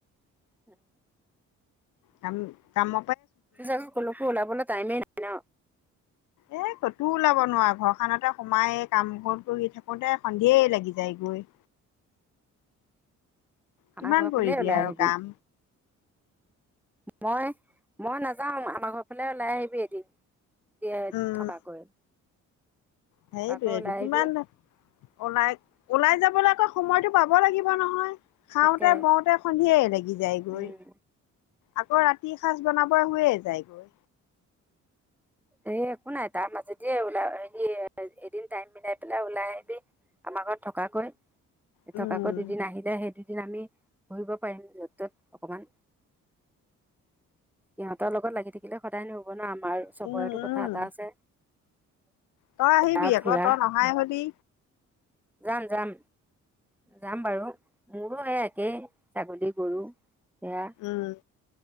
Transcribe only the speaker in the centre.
<inaudible>
জানো কলৈকো ওলাবলে টাইমে নাই ন
আমাৰ ঘৰ
ফালে ওলাই
আহিবি।
মই মই নাযাওঁ আমাৰ ঘৰ ফালে ওলাই আহিবি এদিন দিয়ে
থকাকৈ
থকাকৈ ওলাই
আহিবি
তাকে
উম
এ একো নাই তাৰ মাজেদিয়ে ওলাই হে এদিন টাইম মিলাই পেলাই ওলাই আহিবি আমাৰ ঘৰত থকাকৈ এ
থকাকৈ দুদিন আহিলে সেইদিন দিন আমি ঘূৰিব পাৰিম য'ত ত'ত অকমান সিহঁতৰ, লগত লাগি থাকিলে সদায় নহ'ব ন আমাৰ
বয়তো
কথা এটা আছে
তাৰ
ফুৰা
যাম যাম যাম বাৰু মোৰো সে একেই ছাগলী গৰু এয়াআ